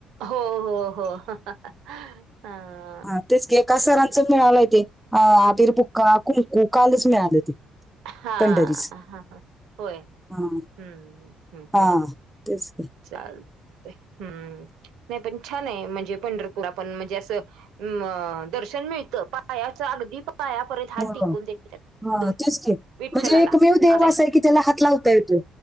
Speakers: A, on the right (about 60°); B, in the centre.
A: हो हो हो हां.
B: हा तेच की, एका सरांच मिळालंय ते आबीर बुक्का, कुंकू कालच मिळालं ते.
A: हा
B: पंढरीच
A: हा हा होय
B: हा,
A: हम्म हम्म
B: हा
A: हम्.
B: तेच की.
A: चालतय हम्म. नाही पण छान आहे म्हणजे पंढरपूर, आपण म्हणजे असं म दर्शन मिळ त पायाच अगदी पाया परेत हात
B: हो
A: टिकून देत्यात
B: हा
A: द
B: तेच की
A: विठ्ठलाला
B: म्हणजे एकमेव देव
A: आत हाय.
B: असा आहे की त्याला हात लावता येतोय.